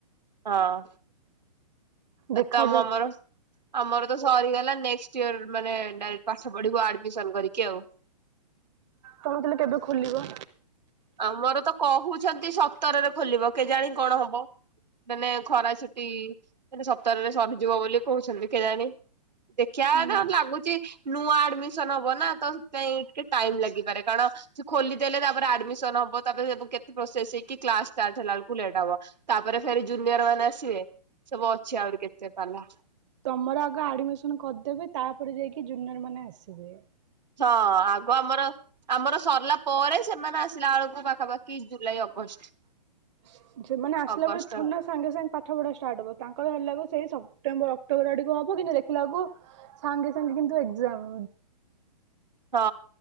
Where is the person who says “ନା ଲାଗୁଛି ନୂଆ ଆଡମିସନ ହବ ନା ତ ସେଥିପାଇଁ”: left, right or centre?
Right